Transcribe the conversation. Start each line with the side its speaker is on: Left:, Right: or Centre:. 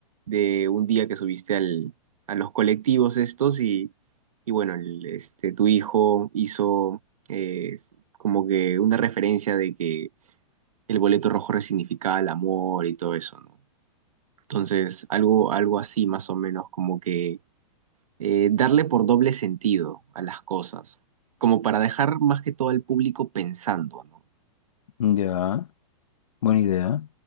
Right: de un día que subiste al, a los colectivos estos y, y bueno, el- este, tu hijo hizo eh, como que una referencia de que el boleto rojo resignificaba el amor y todo eso, ¿no? Entonces, algo, algo así más o menos como que eh, darle por doble sentido a las cosas, como para dejar más que todo al público pensando, ¿no?
Left: Ya, buena idea.